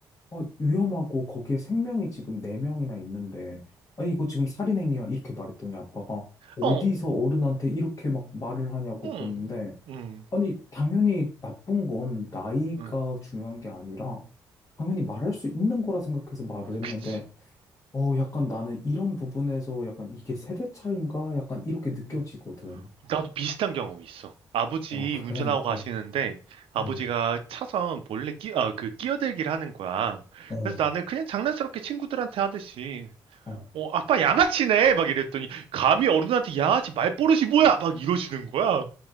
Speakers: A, on the left; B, on the right.
A: 어, 위험하고 거기에 생명이 지금 네명이나 있는데 아 이거 지금 살인행위야 이렇게 말했더니 아빠가 어디서
B: 어.
A: 어른한테 이렇게 막 말을 하냐고
B: 응.
A: 그랬는데
B: 응.
A: 아니, 당연히 나쁜 건 나이가
B: 응.
A: 중요한 게 아니라, 당연히 말할 수 있는 거라 생각해서 말을 했는데,
B: 그치.
A: 어, 약간 나는 이런 부분에서 약간 이게 세대 차인가? 약간 이렇게 느껴지거든.
B: 응. 나도 비슷한 경험이 있어. 아버지
A: 어, 그래.
B: 운전하고 가시는데
A: 어,
B: 아버지가
A: 음,
B: 차선 몰래 끼, 아, 그 끼어들기를 하는 거야.
A: 어,
B: 그래서 나는 그냥 장난스럽게 친구들한테 하듯이
A: 어,
B: 어, 아빠 양아치네! 막 이랬더니, 감히 어른한테 양아치 말버릇이 뭐야! 막 이러시는 거야.